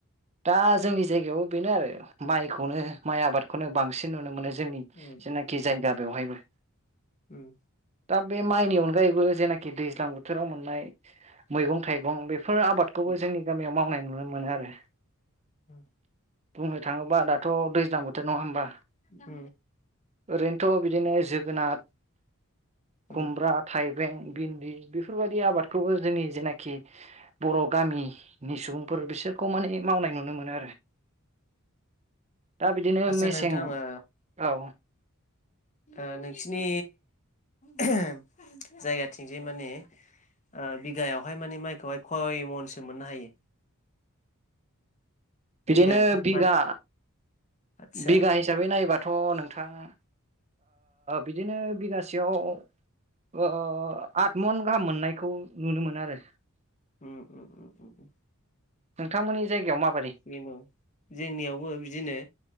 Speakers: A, on the right; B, on the left.
A: दा जोंनि जायगायाव बेनो आरो माइखौनो माय आबादखौनो बांसिन नुनो मोनो। जोंनि
B: उम
A: जेनाखि जायगा बेवहायबो।
B: उम।
A: दा बे माइनि अनगायैबो जेनाखि दैज्लां बोथोराव मोननाय मैगं थाइगं बे बेफोर आबादखौबो
B: उम
A: जोंनि गामियाव मावनाय नुनो मोनो आरो
B: औ
A: बुंनो थाङोब्ला दाथ' दैज्लां बोथोर नङा होमबा
B: उम
A: ओरैनोथ' बिदिनो जोगोनार
B: उम
A: खुमब्रा थाइब बें बिन बेफोरबायदि आबादखौबो जोंनि जेनाखि बर' गामिनि सुबुंफो फोर बिसोरखौ माने मावनाय नुनो मोनो आरो दा बिदिनो
B: आदसा
A: मेसें
B: नोंथां ओ
A: औ
B: ओ नोंसिनि जायगाथिं जे माने ओ बिघायावहाय माने माइखौहाय खयमनसो मोननो हायो
A: बिदिनो
B: बिगायावहाय
A: बिघा
B: माने आदसा
A: बिघा हिसाबै नायोबा थ' नोंथाङा बिदिनो बिगासेयाव ओ ओ आठ मन गाहाम मोननायखौ नुनो मोनो आरो
B: उम उम उम उम उम
A: नोंथांमोननि जायगायाव माब
B: बे जोंनियावबो बिदिनो